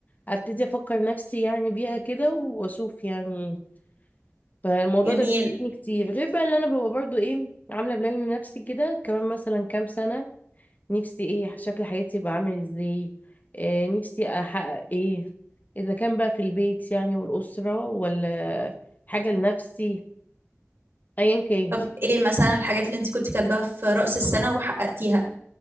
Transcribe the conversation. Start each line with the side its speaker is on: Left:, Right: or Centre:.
Left: ابتدي افكر نفسي يعني بيها كده واشوف يعني فالموضوع
Right: جميل
Left: ده بيساعدني كتير غير بقى اللي انا ببقى برضو ايه عاملة بلان لنفسي كده كمان مثلا كام سنة نفسي ايه شكل حياتي يبقى عامل ازاي آه نفسي احقق ايه اذا كان بقى في البيت يعني والاسرة ولا حاجة لنفسي ايا كان
Right: طب إيه مثلا الحاجات اللي أنت كنت كاتباها في رأس السنة وحققتيها